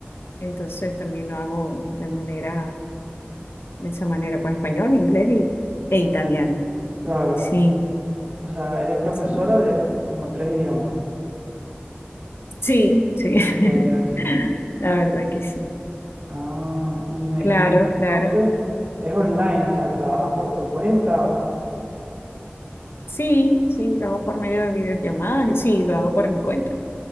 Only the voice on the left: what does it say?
entonces también lo hago de manera, de esa manera, pues español, inglés y, e italiano.
Sí,
sí,
sí, sí.
<laughs> La verdad que sí.
Claro,
claro.
Sí, sí, lo hago por medio de videollamadas, y sí, lo hago por mi cuenta.